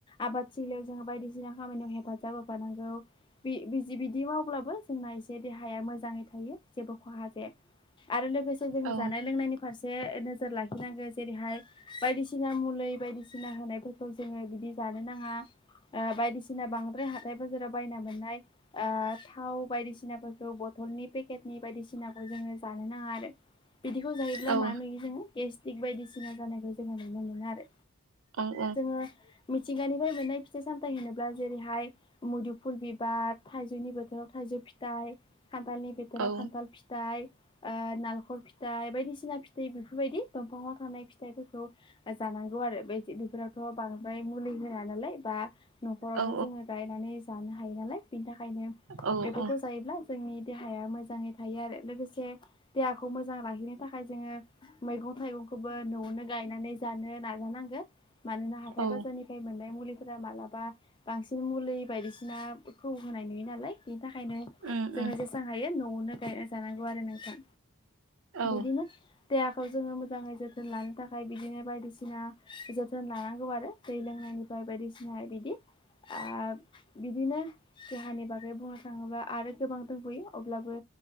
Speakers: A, on the left; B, on the right.
A: आबादथिलियाव जों बायदिसिना खामानियाव हेफाजाब होफानांगौ बिदि मावब्लाबो जोंना खायसे देहाया मोजाङै थायो जेबो खहा जाया आरो लोगोसे जोङो
B: औ
A: जानाय लोंनायनि फार से नोजोर लाखिनांगौ जेरैहाय बायदिसिना मुलि बायदिसिना होनायफोरखौ जोङो बिदि जा जानो नाङा ओ बायदिसिना बांद्राय हाथाय बाजाराव बायना मोननाय ओ थाव बायदिसिनाफोरखौबो बथ'लनि पेकेटनि बायदिसिनाखौ जोङो जानो नाङा आरो बिदिखौ जायोब्ला
B: औ
A: मा नुयो जोङो गेस्टिक बायदिसिना जानायखौ जोङो नुनो मोनो आरो
B: औ
A: जोङो मिथिंगानिफ्राय मोननाय फिथाइ सामथायाइ होनोब्ला जेरैहाय मुदुफुल बिबार थाइजौनि बोथोराव थाइ जौ फिथाइ खान्थालनि बोथोराव
B: औ
A: खान्थाल फि थाइ ओ नालेंखर फिथाइ बायदिसिना फिथाइ बेफोरबायदि दंफाङाव थानाय फिथाइफोरखौ जानांगौ आरो बे बेफोरावथ' बांद्राय मुलि होआ नालाय बा न'खरावनो
B: औ
A: जोङो गायनानै जानो हा यो नालाय बिनि थाखायनो
B: औ
A: बेफोरखौ
B: औ
A: जायोब्ला जोंनि देहाया मोजाङै थायो आरो लोगोसे देहाखौ मोजां लाखिनो थाखाय जोङो मैगं थाइगंखौबो न'आवनो गायनानै लानो नांजानांगोन मानोना हथाय
B: औ
A: बाजारनि मोननाय मुलि फोरा मालाबा बांसिन मुलि बायदिसिनाखौ होनाय नुयो नालाय बेनि थाखायनो
B: उम
A: जोङो
B: उम
A: जेसेबां हायो न'आवनो गायना जानांगौ आरो नोंथां।
B: औ
A: मोनोना देहाखौ जोङो मोजाङै जोथोन लानो थाखाय बिदिनो बायदिसिना जोथोन लानांगौ आरो दै लोंनाय निफ्राय बायदिसिना बिदि ओ बिदिनो देहानि बागै बुंनो थाङोब्ला आरो गोबां दंबोयो अब्लाबो